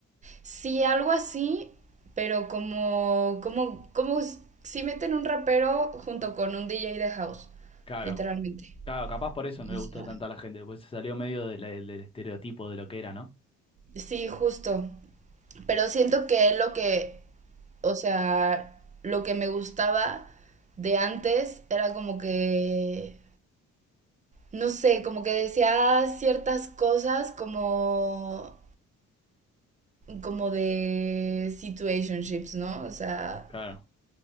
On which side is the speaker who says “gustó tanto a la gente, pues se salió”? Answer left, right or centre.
Left